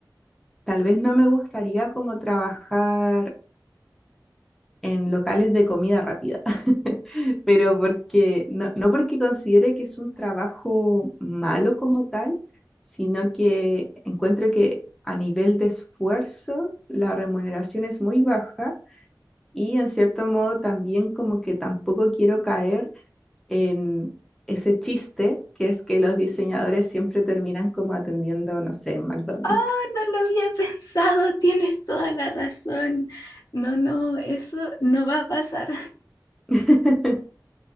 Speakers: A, in the centre; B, on the left.
A: tal vez no me gustaría como trabajar en locales de comida rápida, <laughs> pero porque no, no porque considere que es un trabajo malo como tal, sino que encuentro que a nivel de esfuerzo la remuneración es muy baja y en cierto modo también como que tampoco quiero caer en ese chiste que es que los diseñadores siempre terminan como atendiendo, no sé, en McDonald's.
B: Oh, no lo había <laughs> pensado, tienes toda la razón. No, no, eso no va a pasar.
A: <laughs>